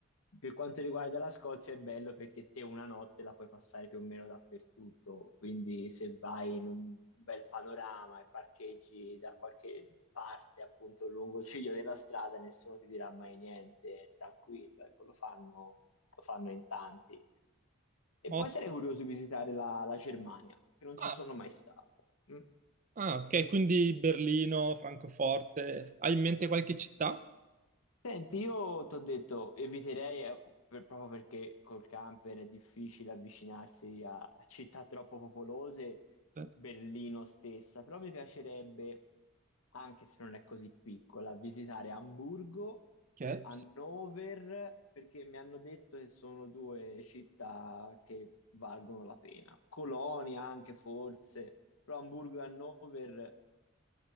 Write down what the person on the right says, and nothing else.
Ho-
Ah,
ah, ok, quindi Berlino, Francoforte. Hai in mente qualche città?
Eh,
Ok,
sì.